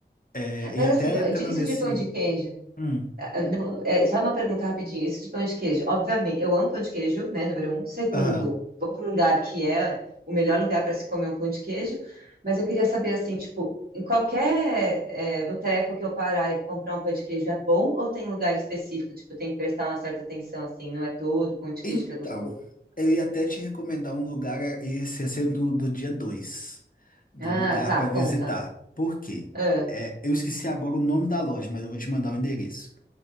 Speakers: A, on the left; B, on the right.
A: É,
B: Mas
A: e até
B: assim, ó,
A: entrando
B: de- isso
A: nesse.
B: de pão de queijo.
A: Hum,
B: Ah, Não, é, só uma pergunta rapidinho. Isso de pão de queijo. Obviamente, eu amo pão de queijo, né? Número um. Segundo,
A: aham.
B: vou para um lugar que é o melhor lugar para se comer um pão de queijo. Mas eu queria saber, assim, tipo, em qualquer é, boteco que eu parar e comprar um pão de queijo é bom ou tem lugar específico? Tipo, tem que prestar uma certa atenção, assim, não é todo pão de queijo
A: Então,
B: que é gostoso.
A: eu ia até te recomendar um lugar, é, esse ia ser do, do dia 2 de
B: Ah,
A: um lugar
B: tá,
A: para visitar.
B: conta.
A: Por quê?
B: Ah,
A: É, eu esqueci agora o nome da loja, mas eu vou te mandar o endereço.